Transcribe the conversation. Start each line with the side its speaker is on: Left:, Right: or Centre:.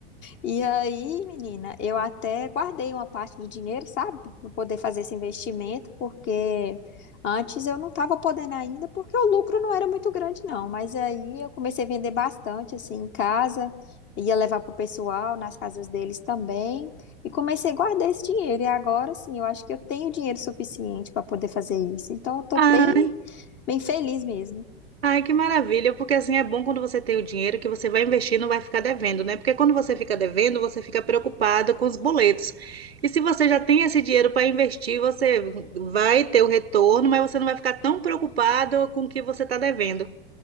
Left: E aí, menina, eu até guardei uma parte do dinheiro, sabe, para poder fazer esse investimento, porque antes eu não estava podendo ainda, porque o lucro não era muito grande, não. Mas aí eu comecei a vender bastante, assim, em casa, ia levar para o pessoal, nas casas deles também, e comecei a guardar esse dinheiro. E agora, sim, eu acho que eu tenho dinheiro suficiente para poder fazer isso. Então, eu tô
Right: Ah,
Left: bem, bem feliz mesmo.
Right: Ai, que maravilha, porque assim é bom quando você tem o dinheiro que você vai investir e não vai ficar devendo, né? Porque quando você fica devendo, você fica preocupada com os boletos. E se você já tem esse dinheiro para investir, você vai ter o retorno, mas você não vai ficar tão preocupado com o que você está devendo.